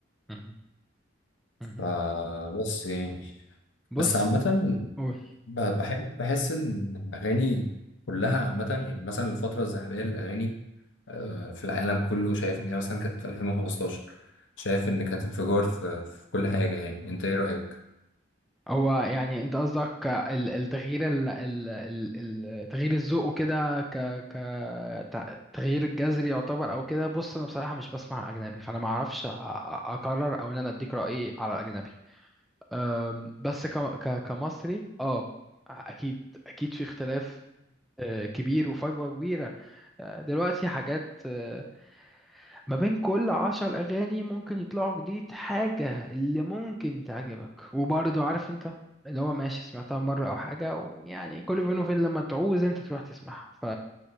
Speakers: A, in the centre; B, on the left.
A: مهم. مهم.
B: فبس يعني
A: بص
B: بس عامة
A: قول.
B: ب- بحب بحس ان الاغاني كلها عامه يعني مثلا الفتره الذهبيه للاغاني آه، في العالم كله شايف ان هي مثلا كانت في 2015 شايف ان كانت انفجار في في كل حاجه يعني انت ايه رايك؟
A: هو يعني انت قصدك ال- التغيير ال- ال- ال- ال- تغيير الذوق وكده ك ك تع- تغيير الجذري يعتبر او كده بص انا بصراحه مش بسمع اجنبي فانا ما اعرفش أ- أ- اقرر او ان انا اديك رايي على الاجنبي أم، بس ك ك كمصري اه اكيد اكيد في اختلاف آه، كبير وفجوه كبيره آه، دلوقتي حاجات آه، ما بين كل عشر أغاني ممكن يطلعوا جديد حاجة اللي ممكن تعجبك وبرضه عارف أنت اللي هو ماشي سمعتها مرة أو حاجة ويعني كل فين وفين لما تعوز أنت تروح تسمعها ف